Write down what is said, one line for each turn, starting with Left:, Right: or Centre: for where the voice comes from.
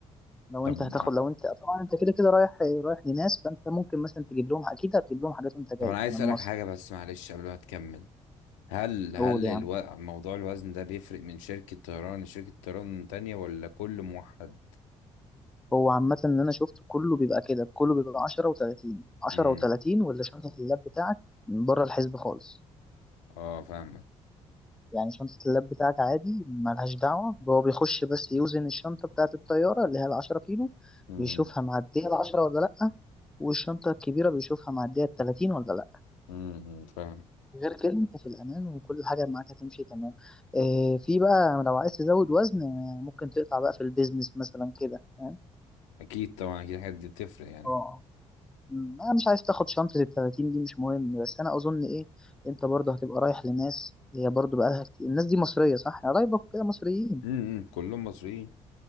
Centre: لو
Left: طب
Centre: انت هتاخد لو انت طبعا انت كده كده رايح رايح لناس فانت ممكن مثلا تجيب لهم اكيد هتجيب لهم حاجات وانت جاي
Left: طب أنا عايز
Centre: من
Left: أسألك
Centre: مصر
Left: حاجة بس معلش قبل ما تكمل هل هل
Centre: قول يعني
Left: الو... موضوع الوزن ده بيفرق من شركة طيران لشركة طيران تانية ولا كل موحد؟
Centre: هو عامة اللي انا شفته كله بيبقى كده كله بيبقى 10 و30 10
Left: امم
Centre: و30 واللي شنطة اللاب بتاعك بره الحسب خالص
Left: اه فاهمك
Centre: يعني شنطة اللاب بتاعك عادي ملهاش دعوة هو بيخش بس يوزن الشنطة بتاعة الطيارة اللي هي العشرة كيلو
Left: امم
Centre: بيشوفها معدية العشرة ولا لأ والشنطة الكبيرة بيشوفها معدية التلاتين ولا لأ
Left: امم أمم، فاهم
Centre: غير كده أنت في الأمان وكل حاجة معاك هتمشي تمام إيه في بقى لو عايز تزود وزن آه، ممكن تقطع بقى في البيزنس مثلا كده فاهم
Left: أكيد طبعا أكيد الحاجات دي بتفرق يعني
Centre: اه م، أنا مش عايز تاخد شنطة التلاتين دي مش مهم بس أنا أظن إيه أنت برضه هتبقى رايح لناس هي برضه بقالها كتير الناس دي مصرية صح؟ يعني قرايبك وكده مصريين
Left: امم امم، كلهم مصريين